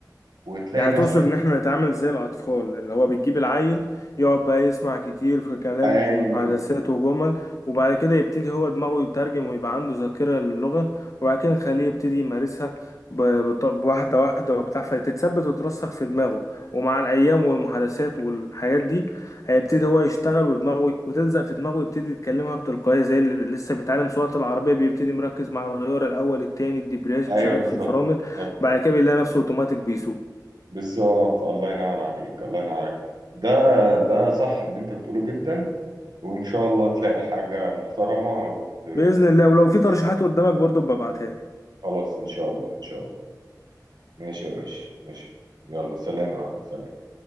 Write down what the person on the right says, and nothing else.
وتلاقي
نفسك
ايوه
ايوه
بالظبط
بالظبط
بالظبط الله ينور عليك الله ينور عليك ده ده صح اللي انت بتقوله جدا وان شاء الله تلاقي حاجة محترمة وت...
خلاص ان شاء الله ان شاء الله ماشي يا باشا ماشي يلا سلام يا معلم سلام